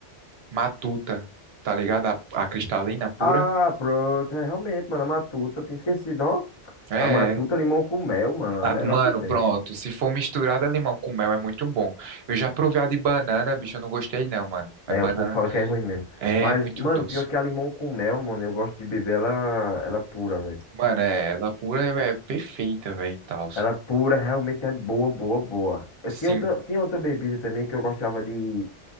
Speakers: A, on the right (about 60°); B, on the left (about 30°).
A: Matuta, tá ligado? A, a cristalina pura.
B: Ah, pronto. É, realmente, mano, a Matuta, eu tinha esquecido, ó.
A: É.
B: A Matuta
A: é.
B: limão com mel, mano,
A: Ah,
B: a melhor
A: Mano,
B: que tem.
A: pronto. Se for misturada limão com mel, é muito bom. Eu já provei a de banana, bicho, eu não gostei não, mano. É
B: É,
A: banana.
B: o povo fala que é ruim mesmo.
A: É
B: Mas,
A: muito
B: mano,
A: doce.
B: pior que a limão com mel, mano, eu gosto de beber ela, ela pura, velho.
A: Mano, é, ela pura é, é perfeita, velho, e tal.
B: Ela pura realmente é boa, boa, boa. Eu
A: Sim,
B: tinha outra, tinha outra bebida também que eu gostava de,